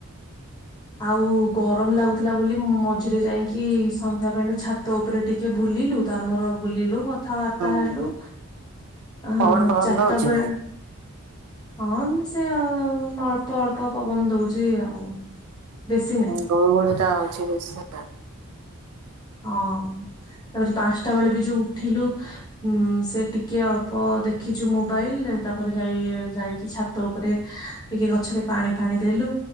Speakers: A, on the left; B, on the right.
A: ଆଉ ଗରମ ଲାଗୁଥିଲା ବୋଲି ମଝିରେ ଯାଇଁକି ସନ୍ଧ୍ୟା ବେଳେ ଛା ତ ଉପରେ ଟିକେ ବୁଲିଲୁ। ତାର ମୋର ବୁଲିଲୁ କଥାବାର୍ତ୍ତା
B: ହୁଁ
A: ହେଲୁ ଅହଁ
B: ପବନ ଫବନ
A: ଚାରଟା
B: ଦଉଛି?
A: ବେଳେ ହଁନ ସେ ଅଳ୍ପ ଅଳ୍ପ ପବନ ଦଉଚି ଆଉ ବେଶୀ ନାହିଁ।
B: ଗୁଳୁ ଗୁଳି ଟା ହଉଛି ବେଶୀ।
A: ହଁ ତାପରେ ପାଞ୍ଚଟା ବେଳେ ବି ଯୋଉ ଉଠିଲୁ ଉଁ ସେ ଟିକେ ଅଳ୍ପ ଦେଖିଛୁ ମୋବାଇଲ ତାପରେ ଯାଇ ଯାଇକି ଛାତ ଉପରେ ଟିକେ ଗଛରେ ପାଣି ଫାଣି ଦେଲୁ।